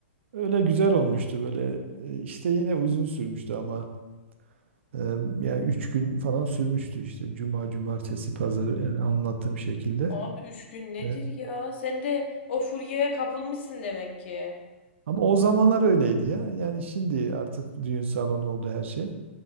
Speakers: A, on the right; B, on the left.
A: Öyle güzel olmuştu böyle. Eee, işte yine uzun sürmüştü ama Ee, yani üç gün falan sürmüştü işte cuma, cumartesi, pazar yani anlattığım şekilde.
B: Abi üç gün nedir
A: Evet.
B: ya? Sen de o furyaya kapılmışsın demek ki.
A: Ama o zamanlar öyleydi ya. Yani şimdi artık düğün salonu oldu her şey.